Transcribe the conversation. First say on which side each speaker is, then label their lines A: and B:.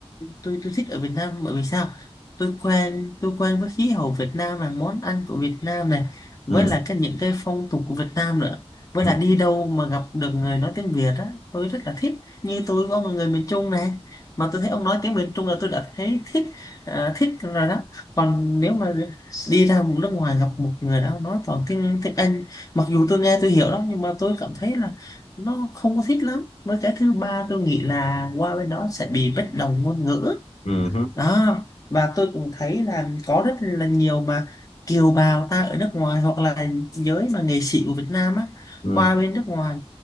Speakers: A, on the left; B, on the left.
A: tôi tôi thích ở Việt Nam bởi vì sao tôi quen tôi quen với khí hậu Việt Nam này món ăn của Việt Nam này với
B: ừ
A: là cái những cái phong tục của Việt Nam nữa với
B: ừ
A: lại đi đâu mà gặp được người nói tiếng Việt á tôi rất là thích như tôi có một người miền Trung này mà tôi thấy ông nói tiếng miền Trung là tôi đã thấy thích à, thích rồi đó còn nếu mà đi ra một nước ngoài gặp một người đó nói toàn tiếng tiếng Anh mặc dù tôi nghe tôi hiểu đó nhưng mà tôi cảm thấy là nó không có thích lắm với cái thứ ba tôi nghĩ là qua bên đó sẽ bị bất đồng ngôn ngữ
B: ừ hứ,
A: đó và tôi cũng thấy là có rất là nhiều mà kiều bào ta ở nước ngoài hoặc là giới mà nghệ sĩ của Việt Nam á
B: ừ
A: qua bên nước ngoài